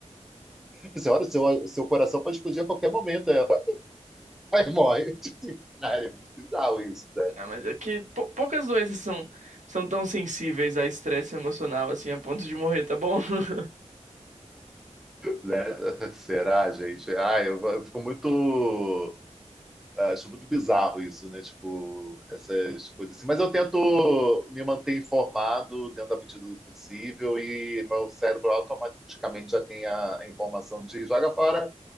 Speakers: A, in the centre; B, on the right.
A: Você olha, seu, seu coração pode explodir a qualquer momento, aí ela- aí morre. <laughs> Cara, é muito bizarro isso, né?
B: Ah, mas é que pou- poucas doenças são, são tão sensíveis a estresse emocional assim a ponto de morrer, tá bom? <laughs>
A: Né? <laughs> Será, gente? Ah, eu, eu fico muito. ah, Acho muito bizarro isso, né? Tipo, essas coisas assim. Mas eu tento me manter informado dentro da medida do possível e meu cérebro automaticamente já tem a, a informação de joga fora.